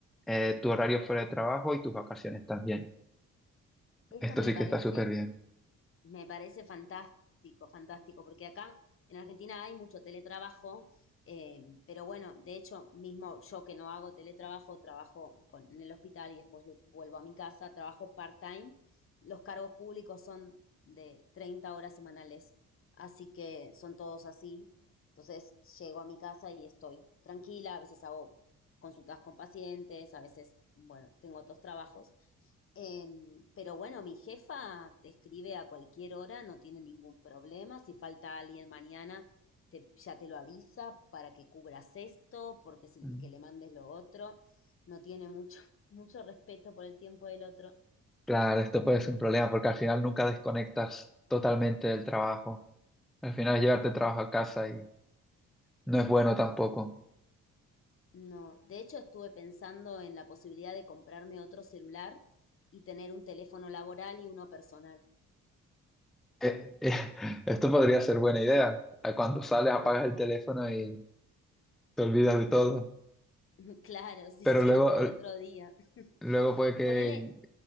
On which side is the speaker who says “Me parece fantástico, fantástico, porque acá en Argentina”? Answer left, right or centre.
Left